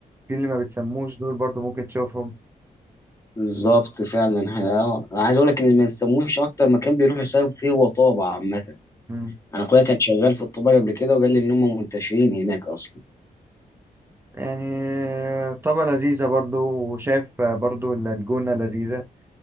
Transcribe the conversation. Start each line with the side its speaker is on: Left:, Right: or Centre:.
Right: في اللي ما بتسموش دول برضو ممكن تشوفهم
Left: بالظبط فعلا انا أنا عايز اقول لك ان ما نسموش اكتر مكان بيروحوا يصيفوا فيه هو طابة عامة
Right: مم.
Left: انا اخويا كان شغال في الطابة قبل كده وقال لي ان هم منتشرين هناك اصلا
Right: يعني آه، طبعا لذيذة برضو وشايف آه، برضو إن الجونة لذيذة